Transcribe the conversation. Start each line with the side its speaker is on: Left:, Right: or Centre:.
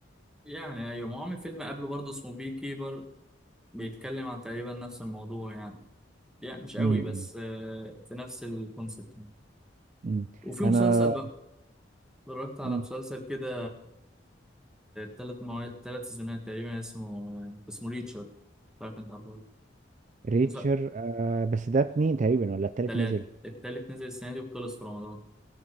Centre: يعني أيوة ما هو عامل فيلم قبله برضه اسمه بي كيبر بيتكلم عن تقريبا نفس الموضوع يعني يعني مش قوي
Right: امم
Centre: بس آه، في نفس الكونسيبت يعني.
Right: امم
Centre: وفي مسلسل
Right: انا
Centre: بقى اتفرجت على
Right: مم.
Centre: مسلسل كده ثلاث مواد ثلاث سيزونات تقريبا اسمه آه، اسمه ريتشر مش عارف انت عارفه
Right: ريتشر
Centre: مسلسل
Right: آه بس ده اتنين تقريبا ولا التالت
Centre: ثلاث
Right: نزل
Centre: التالت نزل السنة دي وخلص في رمضان